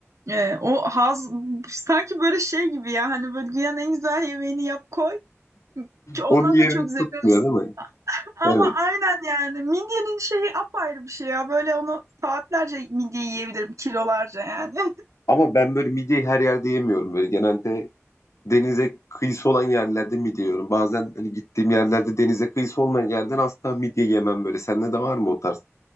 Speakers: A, on the right; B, on the left.
A: E, o haz sanki böyle şey gibi ya hani böyle dünyanın en güzel yemeğini yap koy. Ki Ondan
B: Onun yerini
A: da çok zevk
B: tutmuyor
A: alıyorsun.
B: değil mi?
A: Ama
B: Evet.
A: aynen yani midyenin şeyi apayrı bir şey ya. Böyle onu saatlerce midye yiyebilirim kilolarca yani. <laughs>
B: Ama ben böyle midyeyi her yerde yemiyorum. Böyle genelde denize kıyısı olan yerlerde midye yiyorum. Bazen hani gittiğim yerlerde denize kıyısı olmayan yerden asla midye yemem böyle. Sende de var mı o tarz?